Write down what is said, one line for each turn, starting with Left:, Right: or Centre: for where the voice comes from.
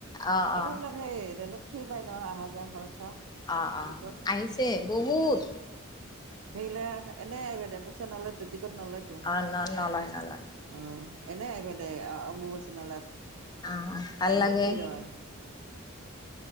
Left: অ', অ',
Right: আৰু এইবিলাক সেই জেলত ফ্ৰী পাই ন, অহা যোৱাৰ খৰচা।
Left: অ', অ',
Right: টিকট
Left: আহিছে বহুত
Right: হেৰিলে এনেই আহিবা দে, পইচা নলয়তো টিকট নলয়তো। অ',
Left: অ', ন নলয় নলয়
Right: এনেই আহিবা দেই, অ-অম্বুবাচী মেলাত।
Left: অ', ভাল
Right: বহুত
Left: লাগে
Right: ভিৰ হয়।